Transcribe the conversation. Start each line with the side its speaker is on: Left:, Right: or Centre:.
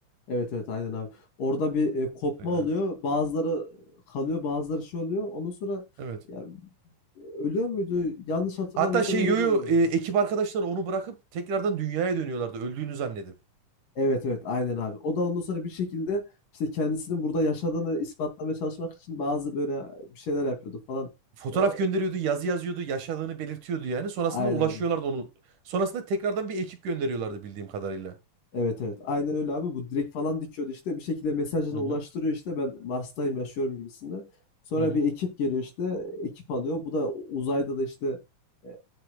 Left: Evet evet aynen abi. Orada bir e, kopma
Right: Öyle.
Left: oluyor. Bazıları kalıyor, bazıları şey oluyor. Ondan sonra
Right: Evet.
Left: ya, ölüyor muydu? Yanlış hatırlamıyorsam
Right: Hatta şey
Left: öyle
Right: Yoyo
Left: bir oluyordu.
Right: e, ekip arkadaşları onu bırakıp tekrardan dünyaya dönüyorlardı öldüğünü zannedip.
Left: Evet evet aynen abi. O da ondan sonra bir şekilde işte kendisinin burada yaşadığını ispatlamaya çalışmak için bazı böyle bir şeyler yapıyordu falan.
Right: Fotoğraf
Left: E,
Right: gönderiyordu, yazı yazıyordu, yaşadığını belirtiyordu yani. Sonrasında
Left: aynen
Right: ulaşıyorlardı
Left: aynen.
Right: onu. Sonrasında tekrardan bir ekip gönderiyorlardı bildiğim kadarıyla.
Left: Evet evet. Aynen öyle abi. Bu direkt falan dikiyordu işte. Bir şekilde mesajını
Right: Hı hı,
Left: ulaştırıyor işte. Ben Mars'tayım yaşıyorum gibisinden. Sonra
Right: hı hı,
Left: bir ekip geliyor işte. Ekip alıyor. Bu da uzayda da işte e,